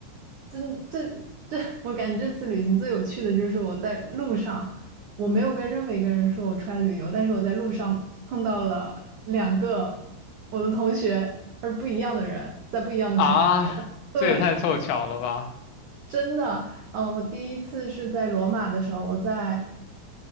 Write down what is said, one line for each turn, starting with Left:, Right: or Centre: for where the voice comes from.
Right: 这这这，我感觉这次旅行最有趣的就是我在路上，我没有跟任何一个人说我出来旅游，但是我在路上碰到了两个我的同学，而不一样的人，在不一样的城市
Left: 啊，
Right: 对，
Left: 这也太凑巧了吧！
Right: 真的，呃，我第一次是在罗马的时候，我在。